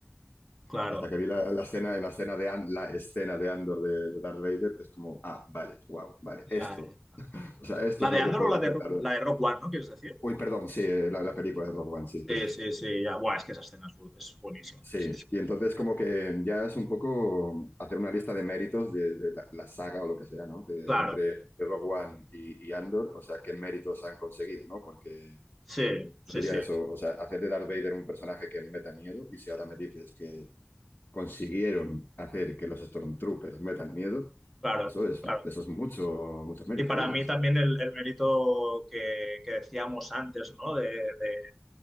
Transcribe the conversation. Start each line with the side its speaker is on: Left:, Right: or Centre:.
Centre: claro.
Left: Hasta que vi la, la escena, la escena de An- la escena de Andor de, de Darth Vader, es como, ah, vale, wow, vale,
Centre: Ya,
Left: esto.
Centre: ya.
Left: O sea, esto
Centre: La
Left: es lo
Centre: de
Left: que
Centre: Andor
Left: puede
Centre: o la
Left: hacer
Centre: de Rock,
Left: Darth Vader.
Centre: la de Rock One, ¿no? ¿Quieres decir?
Left: Uy, perdón, sí, eh, la, la película de Rogue One, sí, cierto.
Centre: Sí, sí, sí, ya. Buah, es que esa escena es, bru- es buenísima.
Left: Sí,
Centre: Sí, sí.
Left: y entonces como que ya es un poco hacer una lista de méritos de, de la, la saga o lo que sea, ¿no? Que
Centre: Claro.
Left: entre Rogue One y, y Andor, o sea, qué méritos han conseguido, ¿no? Porque
Centre: Sí,
Left: yo
Centre: sí,
Left: diría
Centre: sí.
Left: eso, o sea, hacer de Darth Vader un personaje que meta miedo, y si ahora me dices que consiguieron hacer que los Stormtroopers metan miedo,
Centre: Claro,
Left: eso es,
Centre: claro.
Left: eso es mucho, mucho mérito,
Centre: Y para
Left: ¿eh?
Centre: mí
Left: Eso.
Centre: también el, el mérito que, que decíamos antes, ¿no? De, de